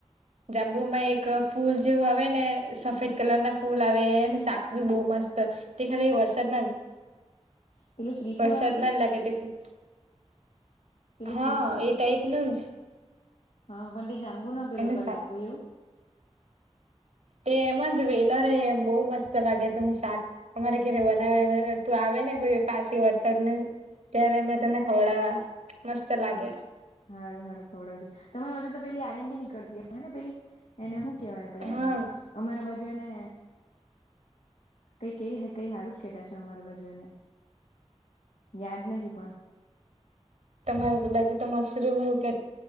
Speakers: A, on the right (about 80°); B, on the left (about 75°).
A: જાંબુમાં એક ફૂલ જેવું આવે ને સફેદ કલર ના ફૂલ આવે એનું શાક બી બહુ મસ્ત તે ખાલી વરસાદમાં જ
B: પેલું શ્રીફૂલ
A: વરસાદમાં
B: આવે
A: જ લાગે તે ફૂલ
B: પેલું
A: હા
B: શ્રીફૂલ
A: એ એક નું જ
B: હા પણ તે જાંબુ ન પેલુ
A: એનું
B: પર
A: શાક
B: લાગતું એવું
A: તે એમ જ વેલ રેય એમ બહુ મસ્ત લાગે તેનું શાક અમારે ક્યારે બનાવે તું આવે ને કોઈ પાછી વરસાદને ત્યારે મેં તને ખવડાવા મસ્ત લાગે
B: હા હારું હારું ખવડાવજ તમારી બાજુ તો પેલી આ રીમ‌ બી નીકળતીને પેલી એને હુ કેવાય આપડે
A: હા
B: એમ અમારા બાજુ એને કઈ કેય કઈ હારું જ કેટા છે, અમારા બાજુ એને યાદ નહી પણ
A: એ બાજુ તો મશરૂમ એવુ કે